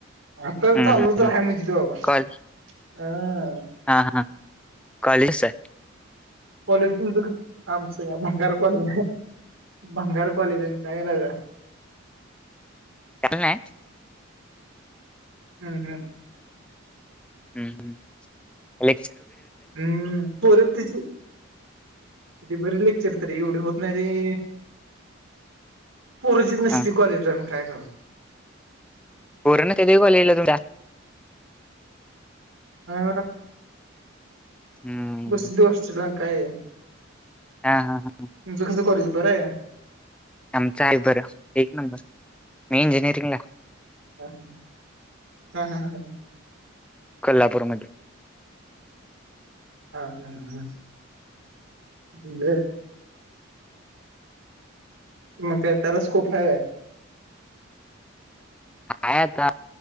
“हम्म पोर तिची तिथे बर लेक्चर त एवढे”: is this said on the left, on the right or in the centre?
Right